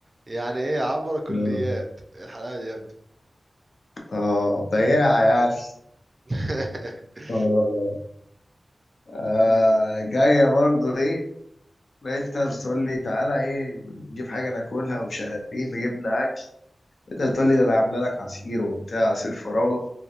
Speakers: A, on the right; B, on the left.
A: يعني ايه عبر كليات
B: اه
A: ايه الحلاوة دي يا ابني
B: آه، بياعه يعني
A: <laughs>
B: اه آه
A: امم
B: جاية برضه ايه لقيتها بتقول لي تعالى ايه نجيب حاجة ناكلها ومش عارف ايه فجبنا أكل لقيتها بتقول لي ده أنا عاملة لك عصير وبتاع عصير فراولة